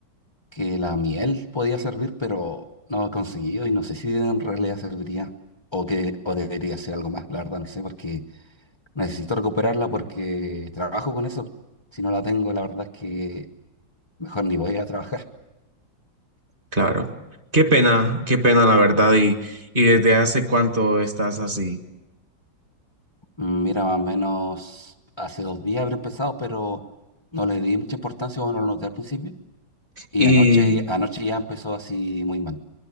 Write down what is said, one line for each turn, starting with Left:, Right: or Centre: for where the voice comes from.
Left: que la miel podía servir, pero no he conseguido y no sé si en realidad serviría o que o debería ser algo más, la verdad no sé, porque necesito recuperarla porque trabajo con eso. Si no la tengo, la verdad es que mejor ni voy a trabajar. <laughs>
Right: Claro. Qué pena, qué pena la verdad. Y, y desde hace cuánto estás así.
Left: Mm, Mira, más o menos hace dos días habré empezado, pero no le di mucha importancia o no lo noté al principio. Y
Right: Y,
Left: anoche, anoche ya empezó así muy mal.